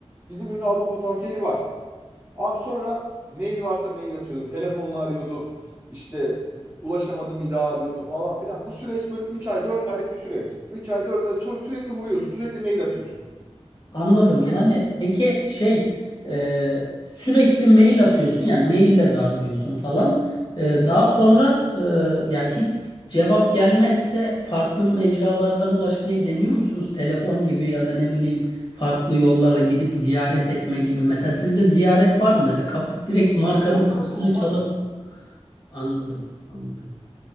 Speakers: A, on the right; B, on the left.
A: bizim ürünü alma potansiyeli var. Abi sonra mail varsa mail atıyordum. Telefonla arıyordum. İşte ulaşamadım bir daha arıyordum falan filan. Bu süreç böyle 3 ay 4 aylık bir süreç. 3 ay 4 ay sonra sürekli vuruyorsun. Sürekli mail atıyorsun.
B: Anladım. Yani peki şey e, sürekli mail atıyorsun yani maille darlıyorsun falan. E,
A: Hı
B: daha
A: hı.
B: sonra e, yani hiç cevap gelmezse farklı mecralardan ulaşmayı deniyor musunuz? Telefon gibi ya da ne bileyim farklı yollarla gidip ziyaret etme gibi. Mesela sizde ziyaret var mı? Mesela kapı direkt markanın
A: Olmaz
B: kapısını
A: mı? Olmaz
B: çalıp
A: mı?
B: anladım. Anladım.